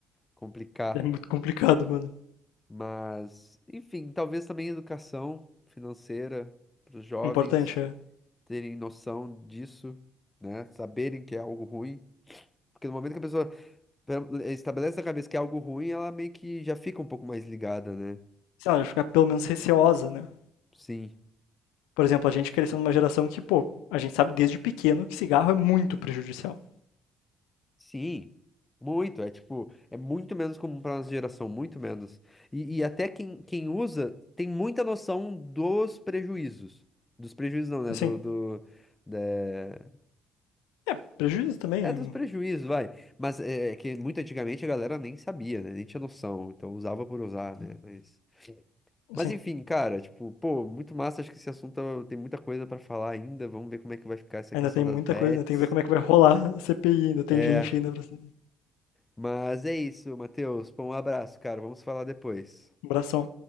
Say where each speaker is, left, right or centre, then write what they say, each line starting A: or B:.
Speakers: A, on the left; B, on the left.
A: complicar.
B: É muito complicado, mano.
A: Mas, enfim, talvez também educação financeira para os jovens
B: O importante é,
A: terem noção disso, né? Saberem que é algo ruim. Porque no momento que a pessoa pe- estabelece na cabeça que é algo ruim, ela meio que já fica um pouco mais ligada, né?
B: sei lá, ficar pelo menos receosa, né?
A: Sim.
B: Por exemplo, a gente cresceu numa geração que, pô, a gente sabe desde pequeno que cigarro é muito prejudicial.
A: Sim. Muito. É tipo, é muito menos comum para nossa geração, muito menos. E, e até quem, quem usa tem muita noção dos prejuízos. Dos prejuízos não, né?
B: Assim,
A: Do, do, da-
B: é, prejuízo também,
A: É dos
B: é,
A: prejuízos, vai. Mas é é que muito antigamente a galera nem sabia, né? Nem tinha noção. Então usava por usar, né? Mas,
B: assim,
A: mas enfim, cara, tipo, pô, muito massa. Acho que esse assunto eh, tem muita coisa pra falar ainda. Vamos ver como é que vai ficar essa
B: ainda
A: questão
B: tem
A: das
B: muita
A: bets.
B: coisa, né? Tem que ver como é que vai rolar a CPI, ainda tem
A: É,
B: gente ainda pra se
A: Mas é isso, Matheus. Pô, um abraço, cara. Vamos falar depois.
B: abração.